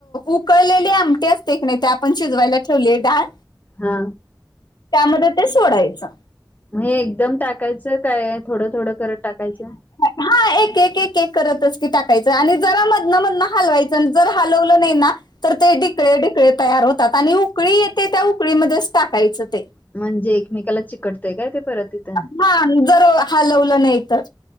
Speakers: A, on the left; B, on the left.
A: उकळलेली आमटी नाही आपण शिजवायलाेवली डाळ
B: हा
A: त्यामध्ये ते सोडायचं
B: हे एकदम टाकायचं काय थोडं थोडं करत टाकायचं
A: हा एक एक एक करतच की टाकायचं आणि जरा मधनं मधन हलवायचं जर हलवलं नाही ना तर ते ढिकळे ढिकळे तयार होतात आणि उकळी येते त्या उकळीमध्येच टाकायचं ते
B: म्हणजे एकमेकाला चिकटतय काय ते परत इिथं
A: हा जर हालवलं नाही तर